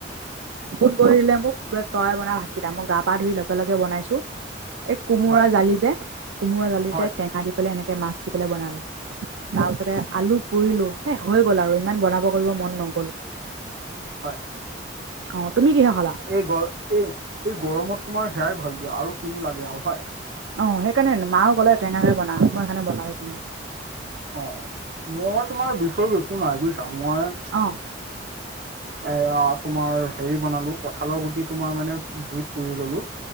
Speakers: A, on the right; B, on the right.
A: ফোন কৰিলে মোক বোলে তই বনাই ভাতকেইটা মই গা-পা ধুই লগে, লগে বনাইছোঁ। এই কোমোৰা
B: হয়
A: জালি যে কোমোৰা জালিতে
B: হয়
A: টেঙা দি পেলাই এনেকে মাছ দি পেলাই বনালোঁ। তাৰ পিছতে আলু পুৰিলো সেই হৈ গ'ল আৰু ইমান বনাব কৰিব মন নগ'ল।
B: হয়।
A: অ', তুমি কিহে খালা?
B: এই গ এই এই গৰমত তোমাৰ হেয়াই ভাল দিয়া আৰু কিনো লাগে আৰু হয়।
A: অ', সেইকাৰণে মাও ক'লে টেঙাক কে বনা মই সেইকাৰণে বনালোঁ তেনেকে
B: অ', মই তোমাৰ বিষয় একো নাই বুজিছা মই
A: অ
B: এ তোমাৰ হেৰি বনালো কঠালৰ গুটি তোমাৰ মানে জুইত পুৰি ললোঁ।